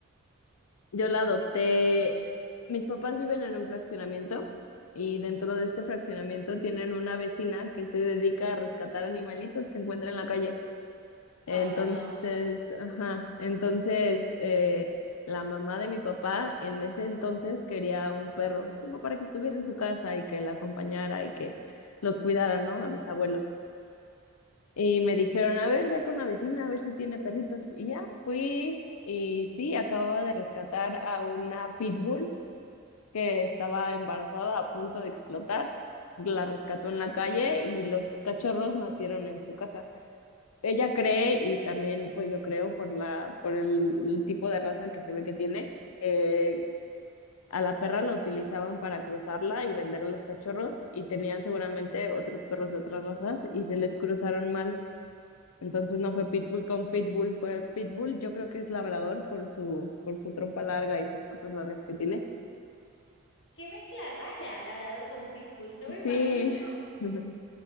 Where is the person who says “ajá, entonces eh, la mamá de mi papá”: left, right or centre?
Left